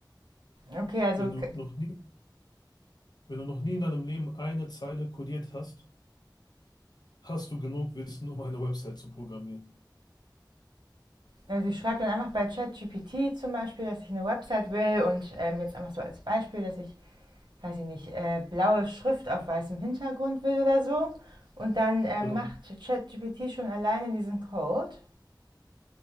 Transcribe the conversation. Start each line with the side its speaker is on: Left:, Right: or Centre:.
Right: Okay, also,
Left: Wenn
Right: k-
Left: du noch nie, wenn du noch nie in deinem Leben eine Zeile codiert hast, hast du genug Wissen, um eine Website zu programmieren.
Right: also ich schreibe dann einfach bei ChatGPT zum Beispiel, dass ich eine Website will und ähm, jetzt einfach so als Beispiel, dass ich, weiß ich nicht, äh, blaue Schrift auf weißem Hintergrund will oder so. Und dann ähm,
Left: Genau.
Right: macht ChatGPT schon alleine diesen Code.